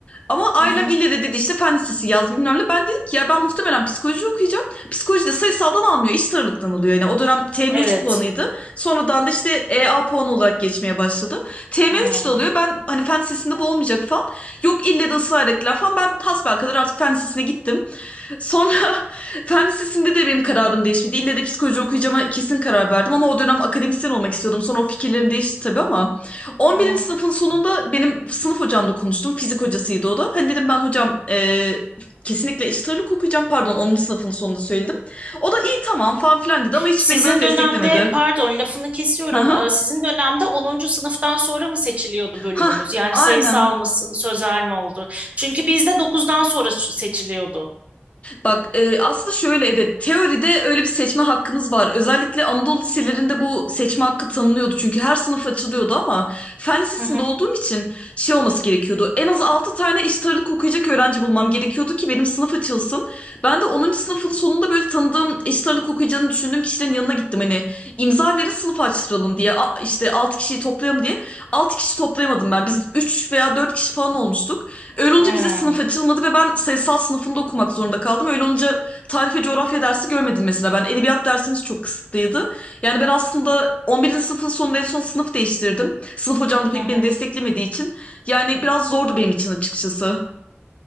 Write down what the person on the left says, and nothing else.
Ama ailem
ille de dedi işte fen lisesi yaz bilmem ne. Ben dedim ki ya ben muhtemelen psikoloji okuyacağım. Psikoloji de sayısaldan almıyor. İç sarılıktan alıyor. Yani o dönem TM3
puanıydı. Sonradan da işte E A puanı olarak geçmeye başladı. TM3
de alıyor. Ben hani fen lisesinde bu olmayacak falan. Yok ille de ısrar ettiler falan. Ben hasbelkader artık fen lisesine gittim. Sonra <laughs> Fen lisesinde de benim kararım değişmedi. İlle de psikoloji okuyacağıma kesin karar verdim ama o dönem akademisyen olmak istiyordum. Sonra o fikirlerim değişti tabii ama 11.
sınıfın sonunda benim sınıf hocamla konuştum. Fizik hocasıydı o da. Hani dedim ben hocam e, kesinlikle eşit ağırlık okuyacağım. Pardon 10. sınıfın sonunda söyledim. O da iyi tamam falan filan dedi ama hiç
beni böyle desteklemedi.
Hı hı.
Hah,
aynen.
Bak e, aslında şöyle evet teoride öyle bir seçme hakkınız var. Özellikle Anadolu liselerinde bu seçme hakkı tanınıyordu. Çünkü her sınıf açılıyordu ama fen lisesinde
olduğum için şey olması gerekiyordu. En az 6 tane eşit ağırlık okuyacak öğrenci bulmam gerekiyordu ki benim sınıf açılsın. Ben de 10. sınıfın sonunda böyle tanıdığım eşit ağırlık okuyacağını düşündüğüm kişilerin yanına gittim. Hani imza verin sınıf açtıralım diye A- işte 6 kişiyi toplayalım diye. altı kişi toplayamadım ben. Biz 3 veya 4 kişi falan olmuştuk. Öyle olunca
bize sınıf açılmadı ve ben sayısal sınıfında okumak zorunda kaldım. Öyle olunca tarih ve coğrafya dersi görmedim mesela. Ben edebiyat dersimiz çok kısıtlıydı. Yani ben aslında 11. sınıfın sonunda en son sınıf değiştirdim. Sınıf hocam da pek
beni desteklemediği için. Yani biraz zordu benim için açıkçası.